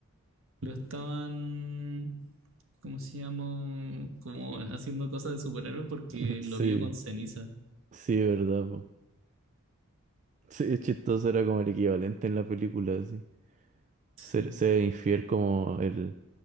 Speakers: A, on the right; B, on the right.
A: lo estaban, ¿cómo se llama? Como haciendo cosas de superhéroe porque
B: <laughs> Sí,
A: lo vio con ceniza.
B: sí, verdad, po. Sí, es chistoso, era como el equivalente en la película, sí.
A: Sí,
B: Ser, ser infiel como el,